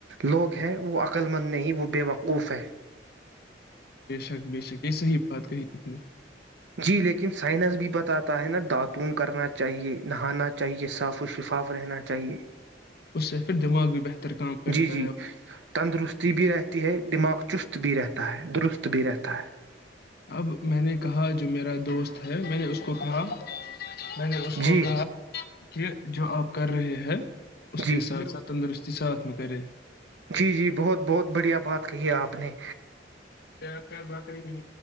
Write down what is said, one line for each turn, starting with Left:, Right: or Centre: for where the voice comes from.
Right: لوگ ہیں وہ عقل مند نہیں وہ بے وقوف ہے
Left: بے شک بے یہ صحیح بات کہی آ نے
Right: جی لیکن سائنس بھی بتاتا ہے نا داتون کرنا چاہیے نہانا چاہیے صاف و شفاف رہنا چاہیے
Left: اس سے پھر دماغ بھی بہتر کام کرتا
Right: جی جی
Left: ہے
Right: تندرستی بھی رہتی ہے دماغ چست بھی رہتا ہے درست بھی رہتا ہے
Left: اب میں نے کہا جو میرا دوست ہے میں نے اس کو کہا میں نے اس کو
Right: جی
Left: کہا کہ جو آپ کر رہے ہیں اس
Right: جی
Left: کے ساتھ ساتھ تندرستی ساتھ میں کرے <unintelligible>
Right: جی جی بہت بہت بڑھیا بات کہی ہے آپ نے
Left: تار تار باتری م